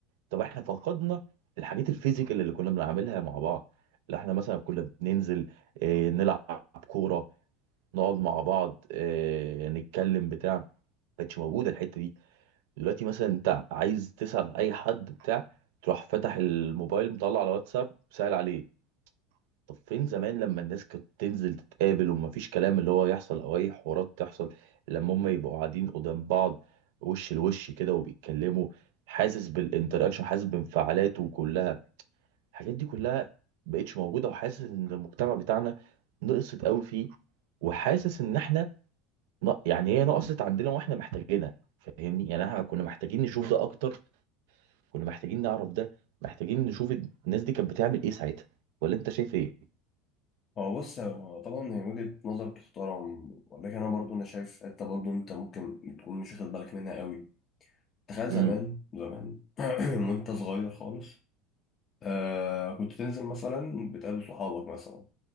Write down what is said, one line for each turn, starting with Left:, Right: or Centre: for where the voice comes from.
Right: طب احنا فقدنا الحاجات الفيزيكال اللي كنا بنعملها مع بعض اللي احنا مثلا كنا بننزل آه، نلعب كورة نقعد مع بعض آه، نتكلم بتاع ما كانتش موجودة الحتة دي دلوقتي مثلا انت عايز تسأل عن اي حد بتاع تروح فتح الموبايل مطلع على واتساب سأل عليه طب فين زمان لما الناس كانت تنزل تتقابل ومفيش كلام اللي هو يحصل او اي حوارات تحصل لما هم يبقوا قاعدين قدام بعض وش لوش كده وبيتكلموا حاسس بالانتراكشن حاسس بانفعالاته كلها الحاجات دي كلها مبقتش موجودة وحاسس ان المجتمع بتاعنا نقصت قوي فيه وحاسس ان احنا ن- يعني هي نقصت عندنا واحنا محتاجينها فاهمني يعني احنا كنا محتاجين نشوف ده اكتر كنا محتاجين نعرف ده محتاجين نشوف الناس دي كانت بتعمل ايه ساعتها ولا انت شايف ايه
Left: هو بص هو طبعا هي وجهة نظر تحترم ولكن انا برضو انا شايف حته برضو انت ممكن تكون مش واخد بالك منها قوي تخيل زمان
Right: امم
Left: زمان <clears throat> وانت صغير خالص آه كنت تنزل مثلا بتقابل صحابك مثلا